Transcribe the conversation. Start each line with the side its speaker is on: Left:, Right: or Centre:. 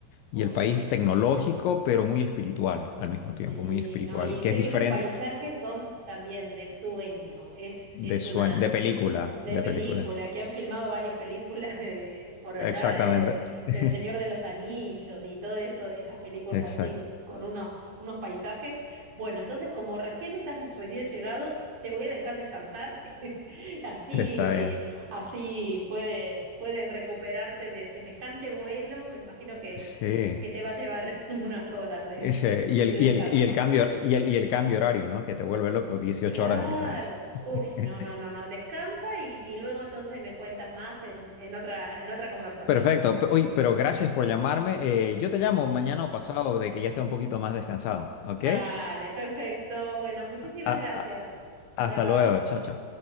Left: y
Right: Uy,
Left: el país tecnológico, pero muy espiritual al mismo
Right: sí,
Left: tiempo, muy espiritual,
Right: no, y
Left: que
Right: sé
Left: es diferente
Right: que los paisajes son también de sueño. Es,
Left: de
Right: es
Left: sue-
Right: una
Left: de película,
Right: de
Left: de
Right: película,
Left: película.
Right: que han filmado varias películas <laughs> de, por allá
Left: Exactamente.
Right: de,
Left: <laughs>
Right: del Señor de los Anillos y todo eso, esas películas
Left: Exacto.
Right: así con unos, unos paisajes. Bueno, entonces como recién estás recién llegado, te voy a dejar descansar. <laughs> Así,
Left: Está bien.
Right: así puedes, puedes recuperarte de semejante vuelo. Me imagino que,
Left: Sí.
Right: que te va a llevar <laughs> unas horas de,
Left: Ese, y
Right: de
Left: el,
Right: descanso.
Left: y el, y el cambio, y el, y el cambio horario, ¿no? Que te vuelve loco, 18
Right: Claro.
Left: horas de diferencia. <laughs>
Right: Uy, no, no, no, no. Descansa y, y luego entonces me cuentas más en, en otra, en otra conversación.
Left: Perfecto. Pe- Oye, pero gracias por llamarme. Eh, yo te llamo
Right: No.
Left: mañana o pasado de que ya esté un poquito más descansado, ¿ok?
Right: Dale, perfecto. Bueno, muchísimas
Left: A- a-
Right: gracias.
Left: hasta
Right: Bye bye.
Left: luego. Chao, chao.